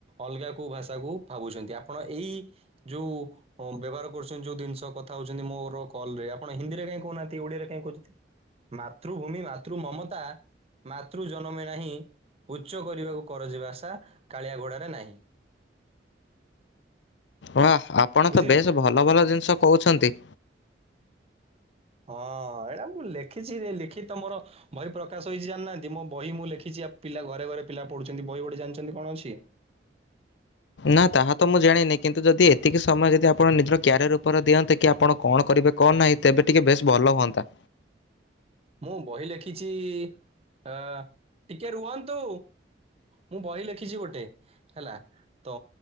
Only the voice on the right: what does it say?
ଅଲଗା କେଉଁ ଭାଷାକୁ ଭାବୁଛନ୍ତି ଆପଣ ଏଇ ଯେଉଁ ହଁ ବ୍ୟବହାର କରୁଛନ୍ତି ଯୋଉ ଜିନିଷ କଥା ହଉ ମୋର କଲ ଆପଣ ହନ୍ଦୀରେ କହିଁ କହୁନାହାନ୍ତିଡିଆରେ କାଇହିଁ କହୁଛନ୍ତି। ମାତୃଭୂମି ମାତୃ ମମତା ମାତୃ ଜନମେ ନାହିଁ ଉଚ୍ଚ କରିବାକୁ କରଯିବା ଆଶା କାଳିଆ ଘୋଡ଼ାରେ ନାହିଁ
ବୁଝିଲେ
ହଁ ଏଇଟା ମୁଁ ଲେଖିଛିରେ ଲେଖି ତମର ବହି ପ୍ରକାଶ ହେଇଛି ଜାଣିନାହାନ୍ତି ମୋ ବହି ମୁଁ ଲେଖିଛି ଆ ପିଲା ଘରେ ଘରେ ପିଲା ପଢ଼ୁଛନ୍ତି ବହି ଗୋଟେ ଜାଣିଛନ୍ତି କଣ ଅଛି?
ମୁଁ ବହି ଲେଖିଛି ଅ ଟିକେ ରୁହନ୍ତୁ? ମୁଁ ବହି ଲେଖିଛି ଗୋଟେ ହେଲା ତ